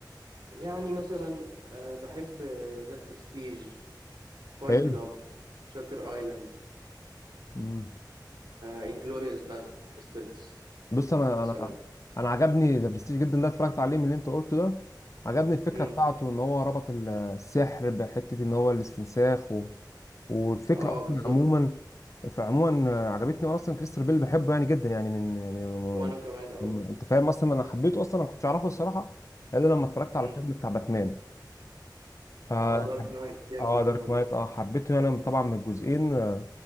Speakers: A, on the right; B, on the left.
A: يعني مثلا آه، بحب ذا برستيج فايت
B: حلو
A: كلاب شاتر ايلاند
B: مم.
A: انجلوريوس باستردز
B: بص انا
A: مثلا
B: انا انا عجبني ذا برستيج جدا ده اتفرجت عليه من اللي انت قلته ده عجبني الفكره
A: امم
B: بتاعته ان هو ربط ال- السحر بحته ان هو الاستنساخ و... والفكره
A: اه
B: اصلا
A: بالظبط
B: عموما فعموما آه، عجبتني وانا اصلا كريستال بيل بحبه يعني جدا يعني من يعني
A: وانا كمان قوي
B: من... انت فاهم اصلا انا حبيته اصلا انا كنتش اعرفه الصراحه الا لما اتفرجت على
A: امم
B: فيلم بتاع باتمان اه
A: اه دارك نايت جامد
B: آه،
A: قوي
B: دارك
A: برضه
B: نايت اه حبيته يعني طبعا من الجزئين آه،